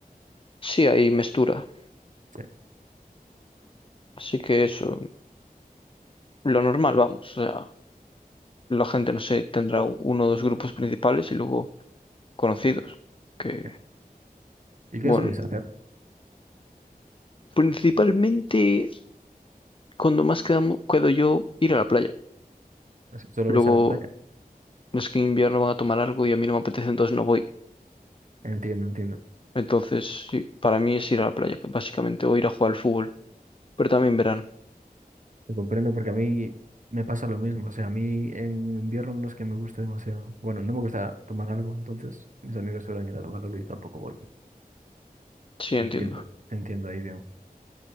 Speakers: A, on the left (about 35°); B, on the right (about 55°).
A: Sí, hay mestura.
B: Sí.
A: Así que eso, lo normal, vamos. O sea, la gente, no sé, tendrá u- uno o dos grupos principales y luego conocidos. Que,
B: sí. ¿Y qué
A: bueno,
B: soléis hacer?
A: principalmente cuando más quedamo- quedo yo ir a la playa.
B: ¿Solo
A: Luego
B: vais a la playa?
A: es que en invierno van a tomar algo y a mí no me apetece, entonces no voy.
B: Entiendo, entiendo.
A: Entonces, sí, para mí es ir a la playa, básicamente, o ir a jugar al fútbol. Pero también verano.
B: Te comprendo porque a mí me pasa lo mismo. O sea, a mí en invierno no es que me guste demasiado. Bueno, no me gusta tomar algo, entonces mis amigos suelen ir a tomar algo y yo tampoco voy.
A: Sí,
B: Te
A: entiendo.
B: Entiendo, te entiendo ahí bien.